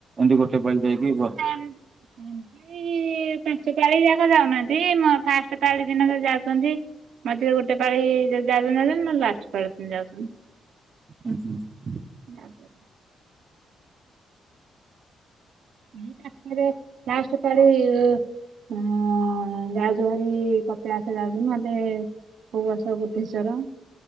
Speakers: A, on the right; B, on the right.
A: ଏନ୍ତି ଗୋଟେ ପାଳି ଯାଇକି ବ
B: ଏନ୍ତି ପାଞ୍ଚପାଳି ଆ ଛୁଆ ଯାଉନାହାନ୍ତି ମ ଫାଷ୍ଟ ପାଳି ଦିନ ଯାହା ଯାଉଛନ୍ତି। ମଝିରେ ଗୋଟେ ପାଳି ଯଦି ଯାଉଚନ୍ତି ଯାଉଚନ୍ତି ନହେଲେ ଲାଷ୍ଟ ପାଳି ପୁଣି ଯାଉଚନ୍ତି।
A: ହୁଁ ହୁଁ।
B: ଯାଉଚନ। ଏଇ ପାଖେରେ ଲାଷ୍ଟ ପାଳି ହଁ ଅଁ ଯାଉଚୁ ଭାରି କପିଳାସ ଯାଉଚୁ ନହେଲେ କୋଉ ବର୍ଷ ବୁଦ୍ଧେଶ୍ଵର।